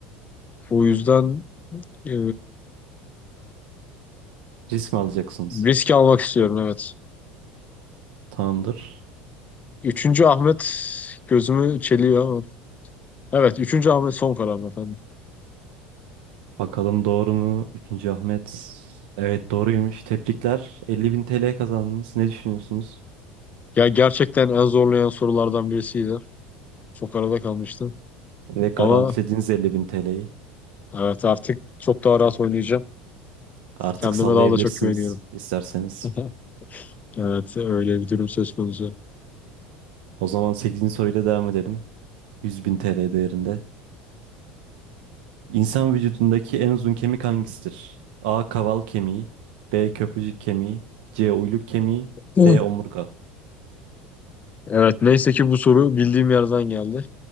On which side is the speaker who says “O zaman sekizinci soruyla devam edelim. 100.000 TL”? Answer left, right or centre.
Right